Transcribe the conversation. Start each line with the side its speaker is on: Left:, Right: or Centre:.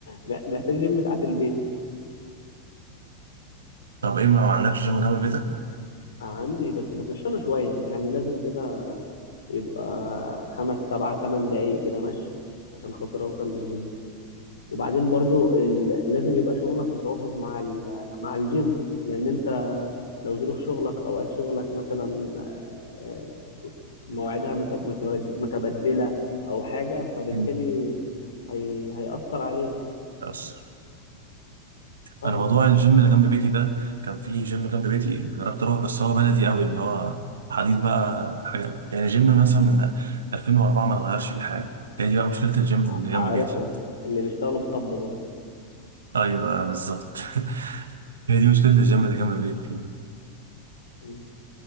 Left: <laughs> محتاج جيم تحت البيت
Right: طب إيه ما عندكش جيم جنب بيتك؟
Left: عندي بس بتمشى له شويه يعني لازم كده يبقى خمس سبع تمن دقايق كده مشي عشان خاطر اوصل للجيم وبعدين برضو ال... لازم يبقى شغلك متوافق مع ال... مع الجيم لان انت لو ظروف شغلك اوقات شغلك مثلا آه، مواعيدها مت- متبد- متبدله او حاجه فبالتالي
Right: مم.
Left: هي... هيأثر عليك
Right: أصر
Left: طبعا
Right: أنا موضوع الجيم اللي جنب بيتي ده كان في جيم جنب بيتي جربت أروح بس هو بلدي قوي اللي هو حديد بقى حاجة يعني جيم مثلا من 2004 ما اتغيرش فيه حاجة هي دي بقى مشكلة الجيم اللي
Left: ع- عارفهم
Right: جنب بيتي يعني
Left: اللي بيشتغلوا بصبة دول
Right: أيوه بالظبط <laughs> هي دي مشكلة الجيم اللي جنب بيتي يعني
Left: مم.